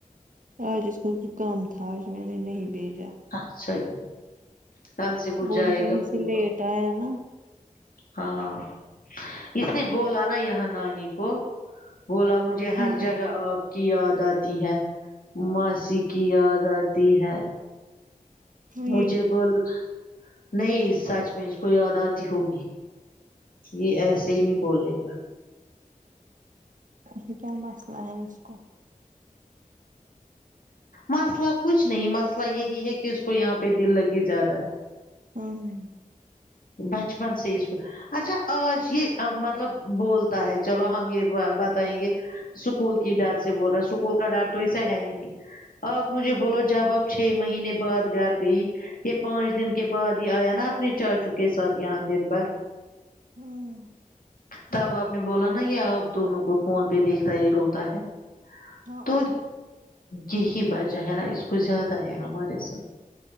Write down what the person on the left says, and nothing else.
ا سح کل سے وہ
جائے
گا پھر
ہاں اس نے بولا نا یہاں نانی کو بولا مجھے
ہر جگہ کی یاد آتی ہے م کسی کی یاد آتی ہے مجے
بول نہیں سچ میں اس کو یاد آتی ہوگی یہ ایسا ی نہیں بولے گا
مسئلہ کچھ نہیں مسئلہ یہی ہے کہ اس کو یہاں پہ دل لگی زیادہ ہے
بچپن سے ہی اس کو اچھا آج یہ مطلب بولتا ہے چلو ہم یہ بتائیں گے اسکول کی ڈر سے بول رہے اسکول کا ڈر تو ایسا ہے ہی نہیں آپ مجھے بولو جب آپ چھ مہینے بعد گھر گئی کہ پانچ دن کے بعد ہی آیا نا آپ نی چاچ کے ساتھ یہاں دن بھر
تب آپ نے بولا نا یہ آپ دونوں کو فون پہ دیکھتا یہ روتا ہے
تو
یہی وجہ ہے نا اس کو زیادہ ہے ہمارے ساتھ